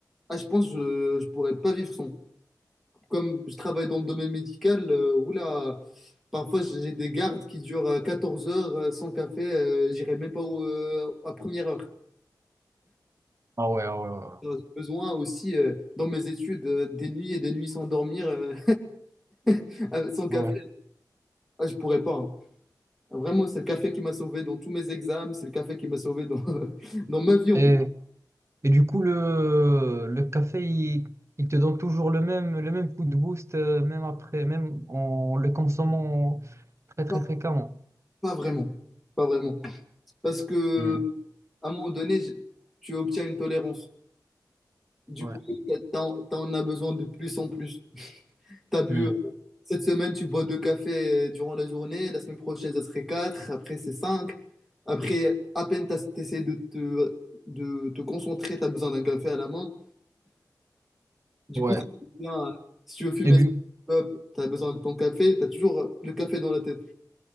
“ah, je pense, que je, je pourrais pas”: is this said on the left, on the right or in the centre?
Centre